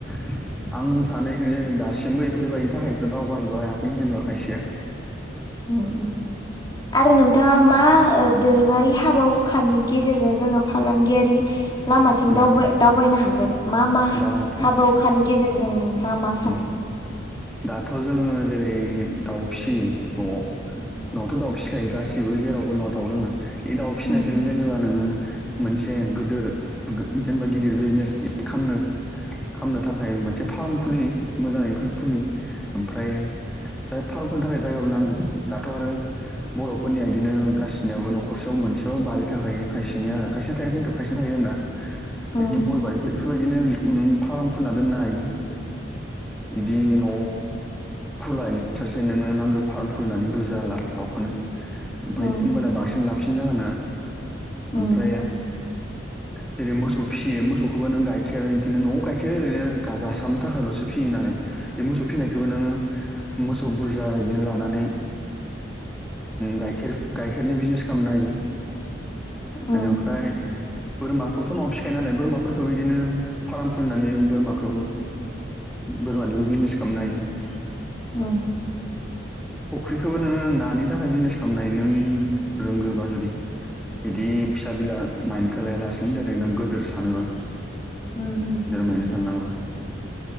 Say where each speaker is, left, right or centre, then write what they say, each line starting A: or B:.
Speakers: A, in the centre; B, on the left.
A: आं सानो बेखायनो दासिमबो बेफोरबाय थाखायनोथ' दावगानोबो हायाखै जेनेबा खायसेया।
B: ओ ओ आरो नोंथाङा मा ओ दोरोङारि हाबा हुखानि गेजेरजों जोङो फालांगियारि लामाथिं
A: उम
B: दावबाय-दावबायनो हागोन मा मा
A: दाथ'
B: हाबा हुखानि गेजेरजों नोंथाङा मा सानो?
A: उम दाथ' जोङो जेरै दाउ फिसियो न'आव
B: उम
A: न'आवथ' दाउ फिसिखायो गासि बो जेरावबो उ न'आव दाउ दङो बे दाउ फिसिनायखौनो
B: उम
A: जेनेबा नोङो मोनसे गिदोर जेनेबा गिदिर बिजनेसनो खालामनो थाखाय मोनसे फार्म खुलि मोजाङै खुलि। ओमफ्राय जाय फार्मफोरनि थाखाय जायगाबो नांगौ दाथ' आरो बर'फोरनिया इदिनो ओ गासिनियाबो न'खरसेयाव मोनसेयाव बारि थाखायो खायसेनिया आरो खायसेया थाया खिन्थु खायसेना थायो आरो ना। खायसे
B: उम
A: गय बारिफोर इफोरबायदिनो नों फार्म खुलिना दोननो हायो। बिदि न खुलायनायफ्रायसो नोङो नांगौ फार्म खुलिनानै बुजा हला दाउखौनो। ओमफ्राय
B: उम
A: होमबाना बांसिन लाबसिन जागोन नोंहा।
B: उम
A: ओमफ्राय जेरै मोसौ फिसियो मोसौखौबो नों गाइखेर बिदिनो न'आव गाइखेरो ओरैनो जासारनो थाखायल'सो फियोना बे मोसौ फिसिनायखौबो नोङो मोसौ बुरजा बिदि लानानै। गाइखेर गाइखेरनि बिजनेस खालामनो हायो।
B: उम
A: आ बिनिफ्राय बोरमाखौबोथ' न'आव फिखायो नालाय बोरमाफोरखौबो बिदिनो फार्म खुलिनानै बोरमाखौबो। बोरमानिबो बिजनेस खालामनो हायो।
B: ओम
A: फुख्रिखौबो नोङो नानि थाखाय बिजनेस खालामनाय नों रोंगोबा जुदि। बिदि फिसा बिला माइन्दखौ लायालासिनो नों गोदोर सानोबा।
B: उम
A: दोर मादि साननाङा।